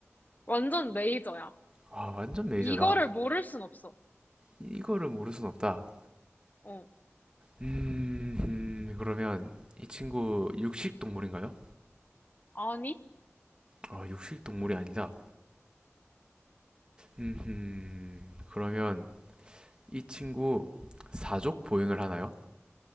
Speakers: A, on the left; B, on the right.
A: 완전 메이저야.
B: 아 완전 메이저다.
A: 이거를 모를 순 없어.
B: 이거를 모를 순 없다.
A: 어.
B: 음, 음, 그러면 이 친구 육식 동물인가요?
A: 아니,
B: 아, 육식 동물이 아니다. 음, 음, 그러면 이 친구 사족 보행을 하나요?